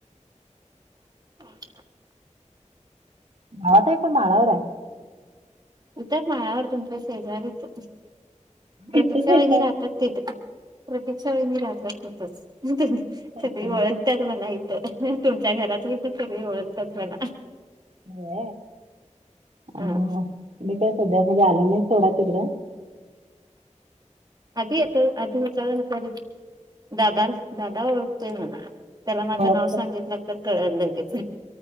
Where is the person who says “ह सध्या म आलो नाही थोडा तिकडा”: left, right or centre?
Right